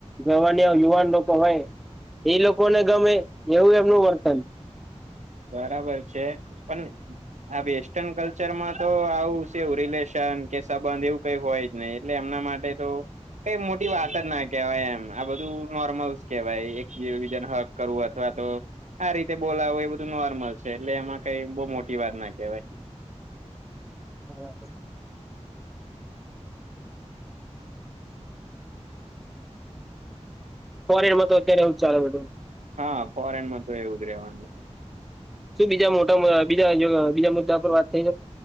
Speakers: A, in the centre; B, on the right.
A: જવાનીયા યુવાન લોકો હોય એ લોકોને ગમે એવું એમનું વર્તન.
B: બરાબર છે. પણ આ વેસ્ટન કલ્ચરમાં તો આવું છે એવું રિલેશન કે સંબંધ એવું કઈ હોય જ નહી એટલે એમના માટે તો કઈ મોટી વાત જ ના કહેવાય એમ. આ બધું નોર્મલસ કેવાય એક-બીજાને હગ કરવું અથવા તો આ રીતે બોલાવો એ બધું તું નોર્મલ છે એટલે એમાં કઈ બઉ મોટી વાત ના કેહેવાય.
A: <unintelligible> ફોરેનમાં તો અત્યારે હુ ચાલે બધુ.
B: હા, ફોરેનમાં તો એવું જ રેવાનું.
A: શું બીજા મોટા બીજા બીજા મુદ્દા પર વાત થઈ